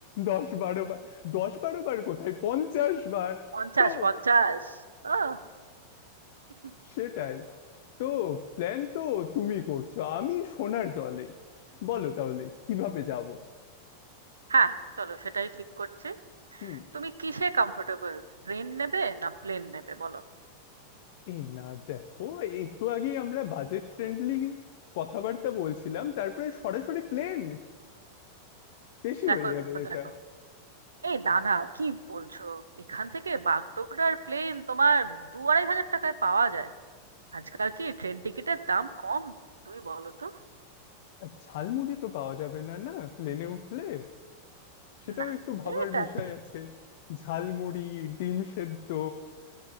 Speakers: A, on the left; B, on the right.
A: দশ বারো বার দশ বারো বার কোথায় পঞ্চাশ বার
B: পঞ্চাশ
A: তো
B: পঞ্চাশ ও হুম,
A: সেটাই তো প্ল্যান তো তুমি করছো আমি সোনার দলে বলো তাহলে কিভাবে যাব
B: হ্যাঁ চলো সেটাই ঠিক করছি
A: হুম
B: তুমি কিসে কমফোর্টেবল ট্রেন নেবে না প্লেন নেবে বলো
A: এই না দেখো একটু আগেই আমরা বাজেট ফ্রেন্ডলি কথাবার্তা বলছিলাম তারপরে সরাসরি প্লেন বেশি
B: দেখো
A: হয়ে যাবে
B: দেখো
A: এটা
B: দেখো এই না না কি বলছো এখান থেকে বাগডোগরার প্লেন তোমার দু আড়াই হাজার টাকায় পাওয়া যায় আজকাল কি ট্রেন টিকিটের দাম কম তুমি বলো তো
A: আর ঝালমুড়ি তো পাওয়া যাবে না না প্লেনে উঠলে সেটাও
B: না
A: একটু ভাবার
B: সেটা
A: বিষয়
B: ঠিক
A: আছে ঝালমুড়ি ডিম সেদ্ধ